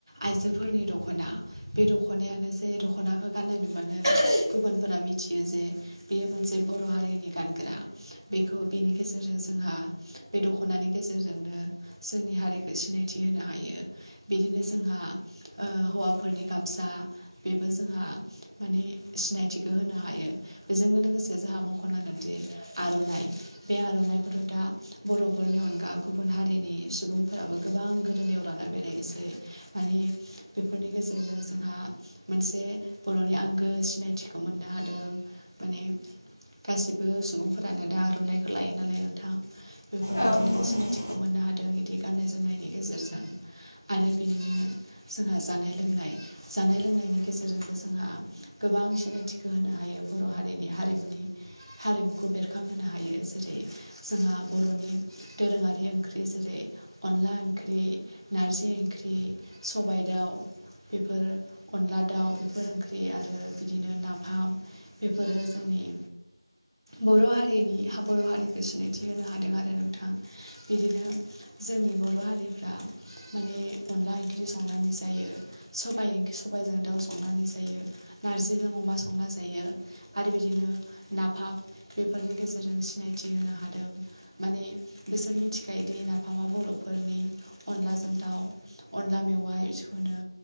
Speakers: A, on the right; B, on the left.
A: आइजोफोरनि दख'ना बे दख'नायानो जे दख'नाखौ गाननाय नुबो गुबुनफोरा मिथि मिथियो जे बियो मोनसे बर' हारिनि गानग्रा बेखौ बिनि गेजेरजों जोंहा बे दख'नानि गेजेरजोंनो जोंनि हारिखौ सिनायथि होनो हायो बिदिनो जोंहा हौवाफोरनि गामसा बेबो जोंहा माने सिनायथिखौ होनो हायो बेजों लोगोसे जोंहा मख'नांगोनदि आर' ननाय बे आर'नाइखौथ' दा बर'फोरनि अनगा गुबुन हारिनि सुबुंफोराबो गोबां गोदोनियाव लाना बेरायनोसै मानिे बेफोरनि गेजेरजों जोंहा मोनसे बर'नि आंगो सिनायथिखौ मोननो हादों माने गासिबो सुबुंफोरानो दा आर'नाइखौ लायो नालाय नोंथां। बेफोरबायादिनो
B: औ नंगौ
A: सिनायथिखौ
B: नोंथां
A: मोननो हादों इदि गाननाय जोमनायनि गेजेरजों आरो बिनिनो जोंहा जानाय लोंनाय जानाय लोंनायनि गेजेरजोंबो जोंहा गोबां सिनायथिख होनो हायो बर' हारिनि हारिमुनि हारिमुखौ बेरखांहोनो हायो जेरै जोंहा बर'नि दोरोङारि ओंख्रि जेरै अनला ओंख्रि नारजि ओंख्रि सबायाइ दाउ। बेफोर अनला दाउ बेफोर ओंख्रि आरो बिदिनो नाफाम बेफोरो जोंनि बर' हारिनि बर' हारिखौ सिनायथि होनो हादों आरो नोंथां। बिदिनो जोंनि बर' हारिफ्रा माने अनला ओंख्रि संनानै जायो सबाइ - सबाइजों दाउ संनानै जायो। नारजिजों अमा संना जायो आरो बिदिनो नाफाम बेफोरनि गेजेरजों सिनायथि होनो हादों। माने बिसोर मिथिखायोदि नाफामा बर'फोरनि अनलाजों दाउ अनला मेवाइ बिखौनो